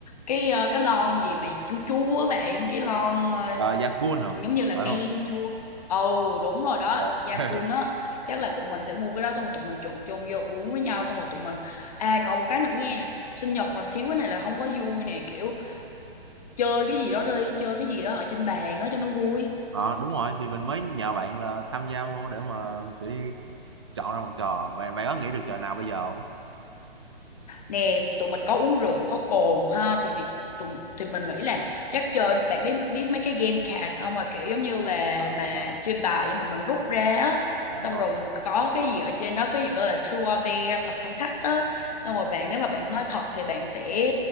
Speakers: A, on the left (about 40°); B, on the right (about 30°).
A: cái ờ, cái lon gì mà chua chua á bạn cái lon ờ,
B: à, Yakun
A: giống
B: hả
A: như là
B: phải
A: men
B: không
A: chua ừ đúng rồi đó
B: Ờ.
A: da
B: <laughs>
A: cun á chắc là tụi mình sẽ mua cái đó xong rồi tụi mình trộn chung vô uống với nhau xong rồi tụi mình à còn một cái nữa nha sinh nhật mà thiếu cái này là không có vui nè kiểu chơi cái gì đó đi chơi cái gì đó ở trên bàn á cho nó vui
B: Ờ, đúng rồi thì mình mới nhờ bạn là tham gia vô để mà kiểu như chọn ra một trò bạn bạn có nghĩ được trò nào bây giờ không
A: nè tụi mình có uống rượu có cồn ha thì thì tụi, thì mình nghĩ là chắc chơi bạn biết biết mấy cái game card không mà kiểu giống như là
B: à,
A: mà
B: à,
A: chơi bài nhưng mà mình rút ra á
B: à,
A: xong
B: rồi
A: rồi mình có cái gì ở trên đó cái gì gọi là true or dare thật hay thách á xong rồi bạn nếu mà bạn nói thật thì bạn sẽ